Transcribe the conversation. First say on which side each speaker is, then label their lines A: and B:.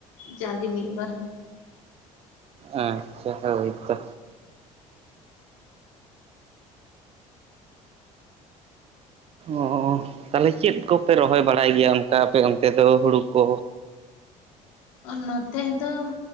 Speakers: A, on the left (about 80°); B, on the right (about 35°).
A: ᱡᱟᱜᱮ ᱢᱤᱫ ᱵᱟᱨ
B: ᱟᱪᱪᱷᱟ ᱦᱳᱭ ᱛᱚ ᱚᱸ ᱛᱟᱦᱞᱮᱮ ᱪᱮᱫ ᱠᱚᱯᱮ ᱨᱚᱦᱚᱭ ᱵᱟᱲᱟᱭ ᱜᱮᱭᱟ ᱚᱱᱠᱟ ᱟᱯᱮ ᱚᱱᱛᱮ ᱫᱚ ᱦᱩᱲᱩ ᱠᱚ
A: ᱚ ᱱᱚᱛᱮ ᱫᱚ